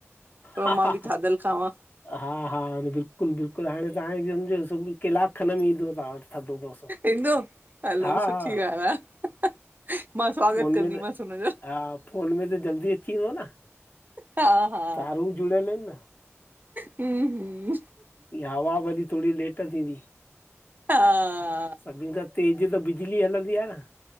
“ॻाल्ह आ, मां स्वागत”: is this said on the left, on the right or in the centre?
Right